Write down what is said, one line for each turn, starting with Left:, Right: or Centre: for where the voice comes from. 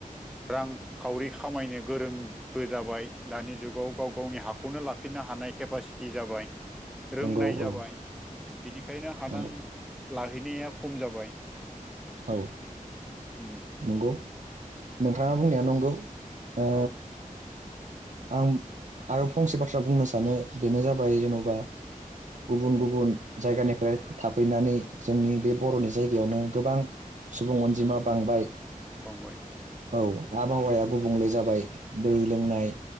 Centre: रांखावरि खामायनो गोरोंबो जाबाय दानि जुगाव गाव गावनि हाखौनो लाफिन नो हानाय केपासिटि जाबाय रोंनाय
Right: नंगौ
Centre: जाबाय
Right: औ
Centre: बिनिखायनो हादान
Right: नंगौ
Centre: ला हैनाया खम जाबाय
Right: औ
Centre: उम
Right: नंगौ नोंथाङा बुंनाया नंगौ। ओ
Centre: औ
Right: आं आरो फंसे बाथ्रा बुंनो सानो बेनो जाबाय जेन'बा गुबुन गुबुन जायगानिफ्राय थाफैनानै जोंनि बे बर'नि जायगायावनो गोबां सुबुं अनजिमा बांबाय।
Centre: बांबाय
Right: औ आबहावाया गुबुंले जाबाय दै लोंनाय।